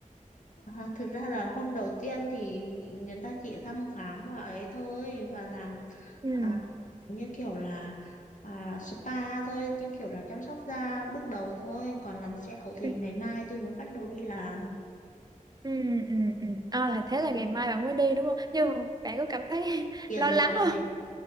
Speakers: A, on the left; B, on the right.
A: À, thực ra là hôm đầu tiên thì người ta chỉ thăm khám và ấy thôi và làm
B: ừ
A: à, như kiểu là à, spa thôi như kiểu là chăm sóc da bước đầu thôi còn làm sẹo thì
B: Ừ.
A: ngày mai tôi mới bắt đầu đi làm
B: ừ ừ ừ à, là thế là ngày mai bạn mới đi đúng không nhưng mà bạn có cảm thấy <laughs>
A: tiền
B: lo lắng
A: rồi
B: không